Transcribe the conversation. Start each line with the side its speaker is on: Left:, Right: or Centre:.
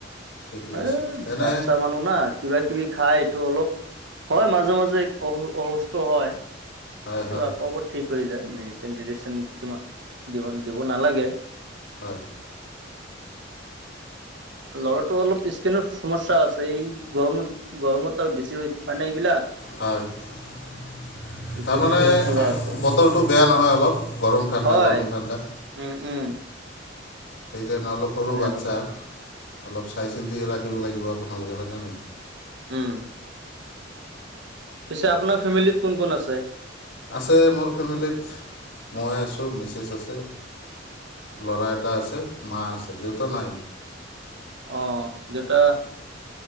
Left: ঠিকে
Right: এ
Left: আছে। এনে
Right: বাচ্ছা মানুহ না কিবা-কিবি খাই এইটো অলপ হয়, মাজে মাজে অসু অসুস্থ হয়।
Left: হয়
Right: এইটো
Left: হয়
Right: আকৌ ব ঠিক হৈ যায়। মেডিচিন-টেডিচিন তোমা দিব দিব নালাগে।
Left: হয়।
Right: লগৰটো অলপ স্কিনৰ সমস্যা আছে। এই গৰমত, গৰমতটো আৰু বেছি হয়, মানে এইবিলাক।
Left: হয়। <inaudible>
Right: এইটো
Left: তাৰমানে
Right: লৈ অলপ কিবা আছো
Left: বতৰটো বেয়া নহয় অলপ গৰম ঠাণ্ডা
Right: হয়
Left: গৰম ঠাণ্ডা।
Right: উম, হুম।
Left: সেইকাৰণে অলপ সৰু বাচ্ছা
Right: এনেকুৱা
Left: অলপ চাই চিন্তি ৰাখিব লাগিব আপোনালোকে হয়নে নাই।
Right: উম। পিছে আপোনাৰ ফেমিলিত কোন কোন আছে?
Left: আছে মোৰ ফেমিলিত মই আছোঁ মিছেছ আছে ল'ৰা এটা আছে মা আছে। দেউত নাই।
Right: অ', দেউতা